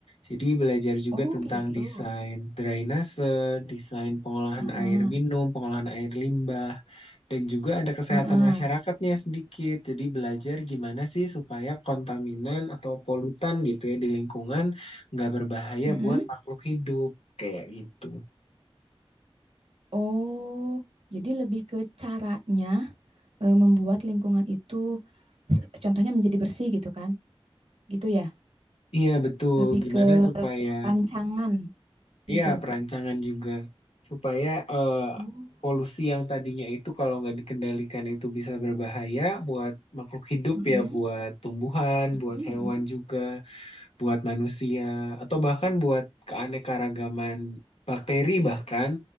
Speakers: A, on the left; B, on the right.
A: Jadi belajar juga
B: Oh
A: tentang
B: gitu.
A: desain drainase, desain pengolahan
B: Heeh,
A: air minum, pengolahan air limbah. Dan juga ada kesehatan
B: heeh,
A: masyarakatnya sedikit. Jadi belajar gimana sih supaya kontaminan atau polutan gitu ya di lingkungan nggak berbahaya
B: heeh.
A: buat makhluk hidup kayak gitu.
B: Oh, jadi lebih ke caranya eh, membuat lingkungan itu, s- contohnya menjadi bersih gitu kan? Gitu ya,
A: Iya betul.
B: lebih
A: Gimana
B: ke
A: supaya
B: rancangan
A: iya
B: gitu.
A: perancangan juga supaya eh,
B: Oh,
A: polusi yang tadinya itu kalau nggak dikendalikan itu bisa berbahaya buat makhluk hidup
B: mm-mm,
A: ya, buat tumbuhan, buat
B: mm-mm,
A: hewan juga. buat manusia atau bahkan buat keanekaragaman bakteri bahkan